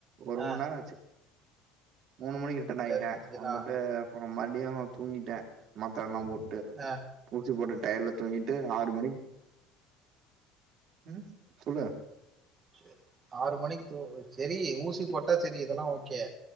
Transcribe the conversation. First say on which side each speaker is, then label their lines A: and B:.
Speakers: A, on the right; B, on the right.
A: ஒரு
B: ஆ
A: மண் நேரோ ஆச்சு மூணு மணிக்கு ரிட்டன் ஆய்ட்டே
B: சரி சரிண்ணா
A: வந்துட்டு அப்பறோ மறுப்டியு தூங்கிட்டே மத்தரல்லா போட்டு
B: அ
A: ஊசி போட்ட டயட்ல தூங்கிட்டு ஆறு மணிக்கு ம் சொல்லு
B: சேர் ஆறு மணிக்கு தூ செரி ஊசி போட்டா செரி இதெல்லா ஓகே